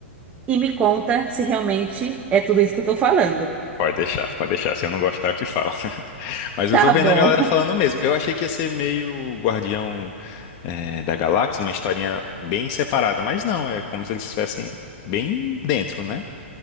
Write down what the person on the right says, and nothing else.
e me conta se realmente é tudo isso que eu tô falando.
Tá
bom.
<laughs>